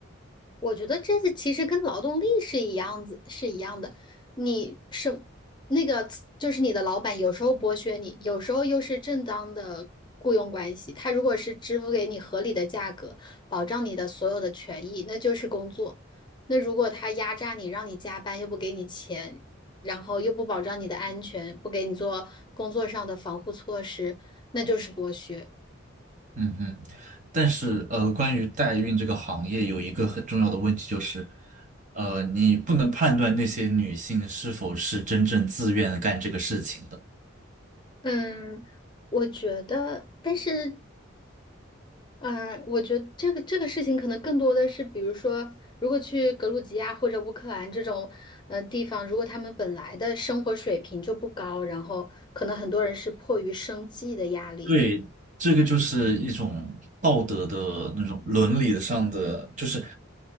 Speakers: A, on the left (about 25°); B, on the right (about 40°).
A: 我觉得这是其实跟劳动力是一样子，是一样的。你是那个，就是你的老板有时候剥削你，有时候又是正当的雇佣关系。他如果是支付给你合理的价格，保障你的所有的权益，那就是工作。那如果他压榨你，让你加班又不给你钱，然后又不保障你的安全，不给你做工作上的防护措施，那就是剥削。
B: 嗯嗯。但是呃，关于代孕这个行业有一个很重要的问题就是，呃，你不能判断那些女性是否是真正自愿干这个事情的。
A: 嗯，我觉得，但是嗯，我觉得这个这个事情可能更多的是，比如说，如果去格鲁吉亚或者乌克兰这种嗯地方，如果他们本来的生活水平就不高，然后可能很多人是迫于生计的压力。
B: 对，
A: 那
B: 这个就是一种道德的那种伦理上的，就是